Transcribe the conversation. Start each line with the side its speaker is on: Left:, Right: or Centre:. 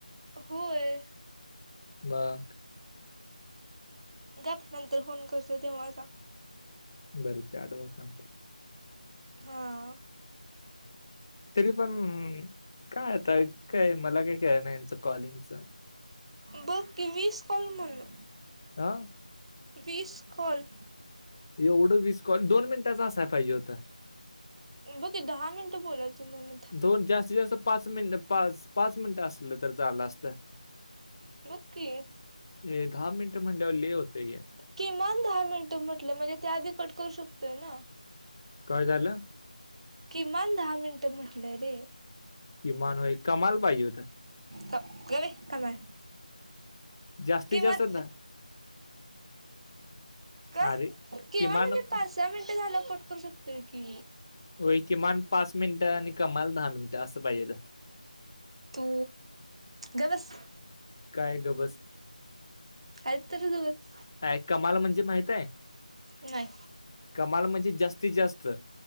Right: होय.
Left: मग
Right: गप्प नंतर फोन करतोय तेव्हा सांग.
Left: बरं चार वाजता सांगतो.
Right: हां
Left: तरी पण काय आता काय मला काही कळेना नाही यांच कॉलिंगचं.
Right: बघ की वीस कॉल म्हणं
Left: हा
Right: वीस कॉल.
Left: एवढं वीस कॉल दोन मिनिटाच असाय पाहिजे होतं
Right: बघ की दहा मिनटं बोलायच म्हण
Left: दोन जास्तीत जास्त पाच मिनट पाच मिनिटं असलं तर चाललं असत.
Right: बघ की.
Left: हे दहा मिनट म्हणल्यावर लई होतंय हे
Right: किमान दहा मिनिटं म्हटलं म्हणजे त्या आधी कट करू शकतोय ना
Left: काय झालं
Right: किमान दहा मिनिटं म्हटलंय रे
Left: किमान होय कमाल पाहिजे होत.
Right: गप्प ये कमाल.
Left: जास्तीत
Right: किमान
Left: जास्त दहा
Right: काय
Left: अरे किमान
Right: म्हणजे पाच सहा मिनटं झाल्यावर कट करू शकतोय की
Left: होय. किमान पाच मिनिटं आणि कमाला दहा मिनट असं पाहिजे हुतं
Right: तू गबस
Left: काय गबस
Right: कायतरीच उगच
Left: आय कमाल म्हणजे माहित हाय.
Right: त काय
Left: कमाल म्हणजे जास्तीत जास्त.